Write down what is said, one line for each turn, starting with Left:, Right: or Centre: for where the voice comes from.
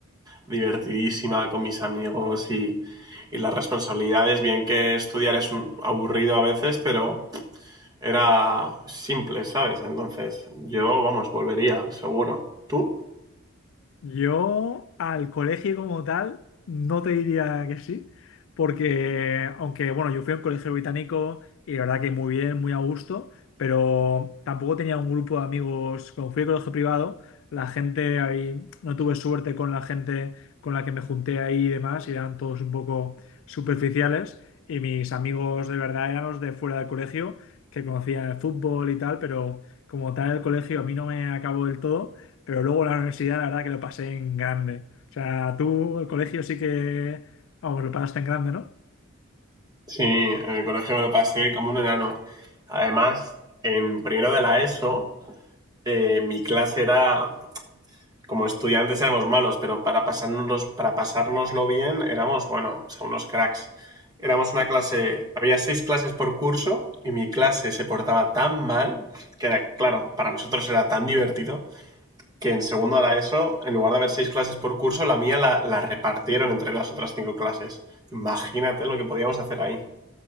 Right: divertidísima con mis amigos y, y las responsabilidades, bien que estudiar es un- aburrido a veces, pero era simple, ¿sabes? Entonces, yo, vamos, volvería, seguro. ¿Tú?
Left: Yo al colegio como tal no te diría que sí, porque aunque bueno, yo fui a un colegio británico y la verdad que muy bien, muy a gusto, pero tampoco tenía un grupo de amigos, como fui a colegio privado, la gente ahí, no tuve suerte con la gente con la que me junté ahí y demás, y eran todos un poco superficiales, y mis amigos de verdad eran los de fuera del colegio, que conocían el fútbol y tal, pero como tal el colegio a mí no me acabó del todo pero luego la universidad, la verdad que lo pasé en grande. O sea, tú, el colegio sí que, vamos, lo pasaste en grande, ¿no?
Right: Sí, en el colegio me lo pasé como un enano. Además, en primero de la ESO, eh, mi clase era como estudiantes éramos malos, pero para pasarnos, para pasárnoslo bien éramos, bueno, o sea, unos cracks. Éramos una clase, había seis clases por curso y mi clase se portaba tan mal que era, claro, para nosotros era tan divertido que en segundo a la ESO, en lugar de haber seis clases por curso, la mía la, la repartieron entre las otras cinco clases. Imagínate lo que podíamos hacer ahí.